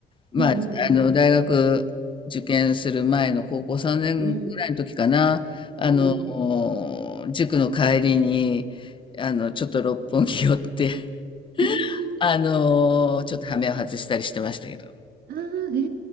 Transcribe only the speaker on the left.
まあ、
あの、
大学受験する前の高校3年ぐらいの時かな、
あの、
塾の帰りに、あの、ちょっと六本木寄って、<laughs>
あの、ちょっと羽目を外したりしてましたけど。